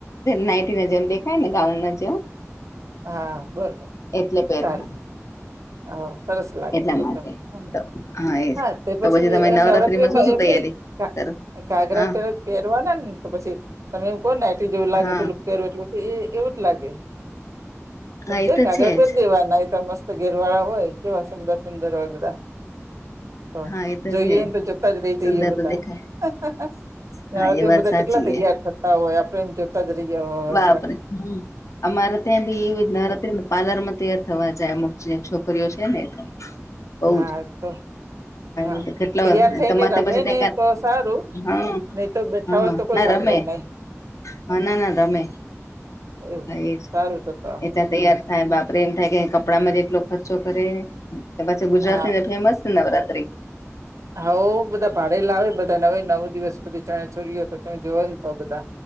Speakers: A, on the left; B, on the right.
A: નાઈટી ન જેમ દેખાય ને ગાઉન નો જેવો.
B: હા બ
A: એટલે પહેરું.
B: ચાલે હા. સરસ લાગે
A: એટલા
B: બધ
A: માટે
B: હમ
A: તો એજ
B: હા તે
A: તો
B: પછી
A: તમે
B: નવરાત્રીમાં
A: શું શું
B: એમની
A: તૈયારી
B: કા
A: કરો
B: ઘાઘરા
A: હા
B: પે પહેરવાના ને તો પછી તમે એવું કહો ને નાઇટી જેવું લાગે
A: હા
B: પેલું. પહેરું એટલું એ એવું જ લાગે પણ
A: હા એ
B: છે
A: તો
B: ઘાઘરા પેર
A: જ
B: દેવા ના એ તો મસ્ત ઘેરવાળા હોય કેવા સુંદર સુંદર હોય બધા. તો
A: હા એ
B: જોઈએને
A: છે
B: તો જોતા જ રહી જઈએ
A: સુંદર
B: બધા
A: તો દેખાય
B: <unintelligible>
A: હા
B: કારણકે
A: એ વાત
B: બધા
A: સાચી
B: કેટલા તૈયાર
A: એ
B: થતા હોય આપડ એમ જોતા જ રહ્યા હોય.
A: હા આપણે હમ્મ. અમારે તેમ તે નવરાત્રીમાં પાર્લર માં તૈયાર થવા જાય અમુક જે છોકરીઓ છે ને એ તો. બઉ
B: હા
A: જ
B: તો. હા
A: એ તો કેટલા
B: તૈયાર થઈને
A: તમારે
B: રમે
A: તો પછી ત
B: ને તો સારું
A: હા
B: નહી તો બે
A: હા
B: થવો તો કોઈ
A: ના
B: કામ
A: રમે
B: નું નહીં.
A: હા ના ના રમે
B: એવું
A: એજ
B: સારું તો તો
A: એટલા તૈયાર
B: હમ
A: થાય બાપ આપણે એમ થાય કે કપડામાં જ જેટલો ખર્ચો કરે પછી ગુજરાત
B: હા
A: નીને ફેમસને નવરાત્રી.
B: હઉ બધા ભાડ લાવે બધા નવે નવ દિવસ બધી ચણા ચોરીઓ તો તમે જોવા ને તો બધા.